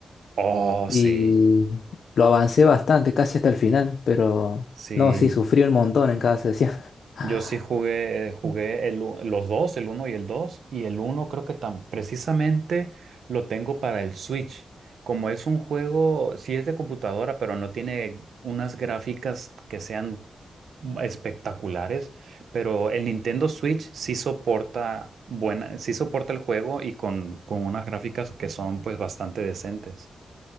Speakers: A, on the right (about 80°); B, on the left (about 75°).
A: Oh,
B: y
A: sí.
B: lo avancé bastante, casi hasta el final, pero
A: Sí,
B: no, sí, sufrí un montón en cada sesión. <laughs>
A: Yo sí jugué, eh, jugué el u- los dos, el uno y el 2 y el uno creo que tan precisamente lo tengo para el Switch. Como es un juego, sí es de computadora, pero no tiene unas gráficas que sean mm, espectaculares, pero el Nintendo Switch sí soporta buena, sí soporta el juego y con, con unas gráficas que son pues bastante decentes.